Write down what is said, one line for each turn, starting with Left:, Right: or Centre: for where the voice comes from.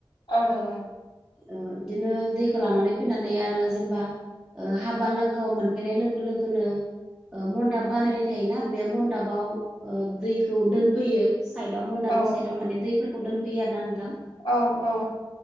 Left: अ नंगौ
Centre: ओ बिदिनो दैखौ लानानै फैनानै आरो जेनेबा ओ हाबा लोगोगोआव मोनफैनाय लोगो लोगोनो ओ मनन्दाब बानायनाय थायोना बे मनडाबाव ओ दैखौ दोनफैयो साइडआव मडाबनि
Left: औ
Centre: साइडआव माने दैफोरखौ दोनफैयो आरो ना नोंथां
Left: औ औ